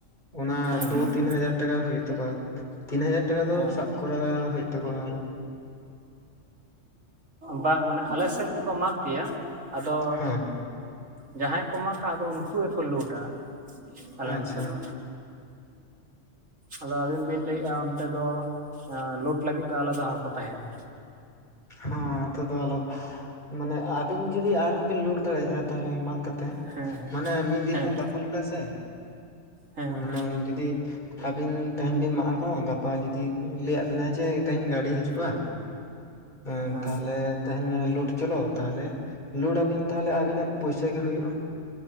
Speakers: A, on the left; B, on the right.
A: ᱚᱱᱟ
B: ᱦᱩᱸ
A: ᱫᱩ
B: ᱦᱩᱸ
A: ᱛᱤᱱ ᱦᱟᱡᱟᱨ ᱴᱟᱠᱟ ᱦᱩᱭᱩᱜ ᱛᱟᱠᱚᱣᱟ ᱛᱤᱱ ᱦᱟᱡᱟᱨ ᱴᱟᱠᱟ ᱫᱚ
B: ᱦᱩᱸ
A: ᱥᱟᱵ ᱠᱚᱨᱟᱣ ᱦᱩᱭᱩᱜ ᱛᱟᱠᱚᱣᱟ <inaudible>
B: ᱵᱟᱝ ᱢᱟᱱᱮ ᱟᱞᱮ ᱥᱮᱫ ᱠᱚ ᱢᱟᱜᱽ ᱜᱮᱭᱟ ᱟᱫᱚ
A: ᱦᱮᱸ
B: ᱡᱟᱦᱟᱸᱭ ᱠᱚ ᱢᱟᱜᱟ ᱟᱫᱚ ᱩᱱᱠᱩ ᱜᱮᱠᱚ ᱞᱩᱴᱟ ᱟᱞᱮ
A: ᱟᱪᱪᱷᱟ
B: ᱱᱚᱛᱮ ᱫᱚ᱾ ᱟᱫᱚ ᱟᱹᱵᱤᱱ ᱵᱤᱱ ᱞᱟᱹᱭᱮᱼᱟ ᱚᱱᱛᱮ ᱫᱚ ᱞᱳᱰ ᱞᱟᱹᱜᱤᱫ ᱫᱚ ᱟᱞᱟᱫᱟ ᱦᱚᱲ ᱠᱚ ᱛᱟᱦᱮᱱᱟ᱾
A: ᱦᱸ ᱱᱚᱛᱮ ᱫᱚ ᱟᱞᱟᱫᱟ ᱢᱟᱱᱮ ᱟᱵᱤᱱ ᱡᱩᱫᱤ ᱟᱨᱦᱚᱸ ᱵᱤᱱ ᱞᱩᱴ ᱫᱟᱲᱮᱭᱟᱜᱼᱟ ᱛᱟᱦᱚᱞᱮ ᱢᱟᱜ ᱠᱟ-
B: ᱦᱮᱸ ᱦᱮᱸ
A: ᱢᱟᱱᱮ ᱢᱤᱫ ᱫᱤᱱᱢᱟ
B: ᱦᱮᱸ
A: ᱵᱟᱠᱚ ᱞᱩᱴᱟ ᱥᱮ
B: ᱦᱮᱸ ᱦᱮᱸ
A: ᱢᱟᱱᱮ ᱡᱩᱫᱤ ᱟᱹᱵᱤᱱ ᱛᱮᱦᱮᱸᱧ ᱵᱤᱱ ᱢᱟᱜ ᱟᱠᱟᱜ-ᱟ ᱜᱟᱯᱟ ᱡᱩᱫᱤ ᱞᱟᱹᱭᱟᱫ ᱵᱤᱱᱟᱭ ᱡᱮ ᱛᱮᱦᱮᱸᱧ ᱜᱟᱹᱰᱤ ᱦᱤᱡᱩᱜᱼᱟ᱾ ᱮ
B: ᱦᱮᱸ
A: ᱛᱟᱦᱚᱞᱮ ᱛᱮᱦᱮᱧ ᱞᱳᱰ ᱪᱚᱞᱚ ᱛᱟᱦᱚᱞᱮ ᱞᱳᱰ ᱟᱵᱤᱱ ᱛᱟᱦᱚᱞᱮ ᱟᱵᱤᱱᱟᱜ ᱯᱚᱭᱥᱟᱹ ᱜᱮ ᱦᱩᱭᱩᱜᱼᱟ᱾